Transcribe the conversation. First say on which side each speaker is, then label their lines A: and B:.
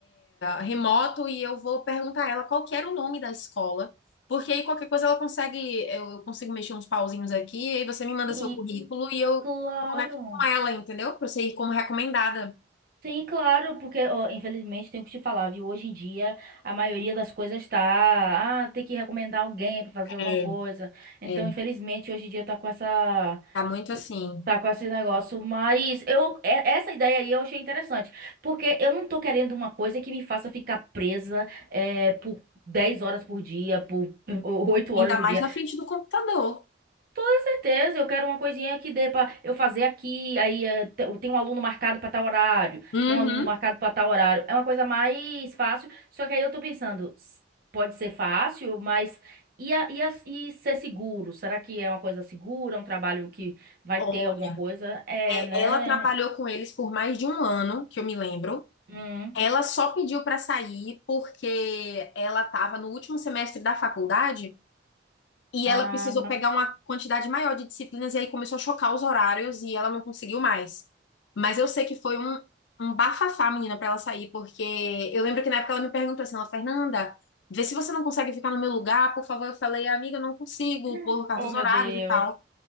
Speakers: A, on the left (about 70°); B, on the right (about 50°).
A: remoto e eu vou perguntar a ela qual que era o nome da escola, porque aí qualquer coisa ela consegue, eu consigo mexer uns pauzinhos aqui, aí você me manda
B: sim,
A: seu currículo e eu
B: claro.
A: conecto com ela, entendeu? Pra você ir como recomendada.
B: Sim, claro, porque ó, infelizmente tenho que te falar, viu? Hoje em dia a maioria das coisas tá, ah, tem que recomendar alguém pra fazer alguma
A: É,
B: coisa. Então,
A: é,
B: infelizmente hoje em dia tá com essa
A: tá muito
B: tá
A: assim,
B: tá com esse negócio, mas eu é- essa ideia aí eu achei interessante, porque eu não tô querendo uma coisa que me faça ficar presa é, por 10 horas por dia, por 8 horas
A: ainda
B: por
A: mais
B: dia.
A: na frente do computador.
B: Toda certeza, eu quero uma coisinha que dê pra eu fazer aqui, aí eh, te- tem um aluno marcado pra tal horário,
A: Uhum.
B: tem um aluno marcado pra tal horário. É uma coisa mais fácil, só que aí eu tô pensando, s- pode ser fácil, mas e, a- e, a- e ser seguro? Será que é uma coisa segura, um trabalho que vai
A: Olha,
B: ter alguma coisa? É,
A: é,
B: né?
A: ela trabalhou com eles por mais de um ano, que eu me lembro.
B: Hum.
A: Ela só pediu para sair porque ela estava no último semestre da faculdade E
B: Ah.
A: ela precisou pegar uma quantidade maior de disciplinas e aí começou a chocar os horários e ela não conseguiu mais. Mas eu sei que foi um, um bafafá, menina, pra ela sair, porque eu lembro que na época ela me perguntou assim, ela, Fernanda, vê se você não consegue ficar no meu lugar, por favor. Eu falei, amiga, eu não consigo,
B: <gasps>
A: por causa
B: Oh,
A: dos
B: meu
A: horários
B: Deus.
A: e tal.